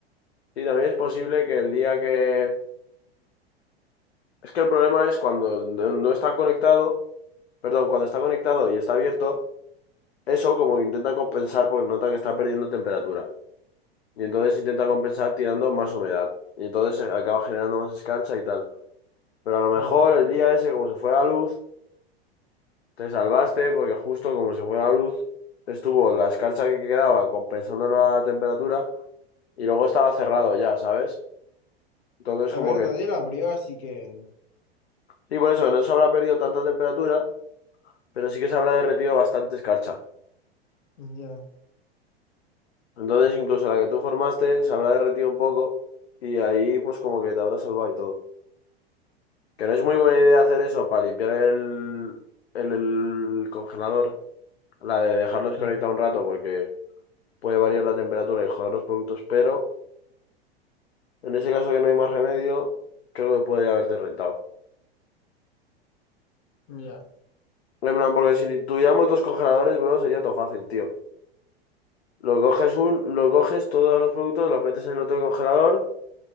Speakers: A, on the left; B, on the left.
A: Sí, también es posible que el día que Es que el problema es cuando no no está conectado, perdón, cuando está conectado y está abierto, eso como que intenta compensar porque nota que está perdiendo temperatura. Y entonces intenta compensar tirando más humedad. Y entonces se acaba generando más escarcha y tal. Pero a lo mejor
B: Ya.
A: el día ese, como se fue la luz, te salvaste porque justo como se fue la luz, estuvo la escarcha que quedaba compensando la temperatura y luego estaba cerrado ya, ¿sabes? Entonces
B: A
A: como
B: ver,
A: que...
B: nadie lo abrió, así que...
A: Sí, por eso que no se habrá perdido tanta temperatura, pero sí que se habrá derretido bastante escarcha.
B: Ya.
A: Entonces incluso la que tú formaste se habrá derretido un poco y ahí pues como que te habrá salvado y todo. Que no es muy buena idea hacer eso para limpiar el, el, el congelador, la de dejarlos
B: Sí,
A: conectados
B: claro.
A: un rato porque puede variar la temperatura y joder los productos, pero en ese caso que no hay más remedio, creo que puede haberte rentado.
B: Ya.
A: En plan, porque si tuviéramos dos congeladores, bro, sería todo fácil, tío. Lo coges un, lo coges todos los productos, los metes en el otro congelador.